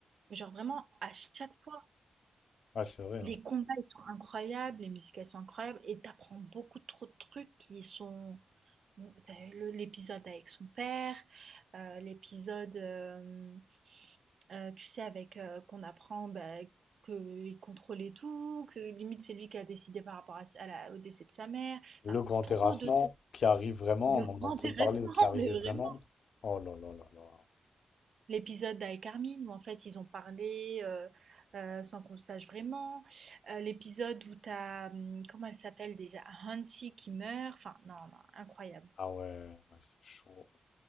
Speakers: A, on the right; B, on the left.
A: Genre vraiment, à chaque fois,
B: Ouais, c'est vrai.
A: les
B: hein.
A: combats, ils sont incroyables, les musiques, elles sont incroyables, et t'apprends beaucoup trop de trucs qui sont Bon, t'as eu l'épisode avec son père, euh, l'épisode, euh, euh, tu sais, avec euh, qu'on apprend bah, qu'il contrôlait tout, que limite c'est lui qui a décidé par rapport à, à la- au décès de sa mère.
B: Le
A: Enfin,
B: grand terrassement
A: trop de,
B: qui arrive vraiment,
A: de
B: on
A: <laughs>
B: en
A: grands
B: entend
A: intéressements,
B: parler, mais qui arrivait
A: mais vraiment.
B: vraiment. Oh là là là là.
A: L'épisode avec Armin, où en fait ils ont parlé euh, euh, sans qu'on le sache vraiment. Euh, l'épisode où t'as, hum, comment elle s'appelle déjà, Hansi qui meurt. Enfin, non, non, incroyable.
B: Ah ouais, ouais, c'est chaud.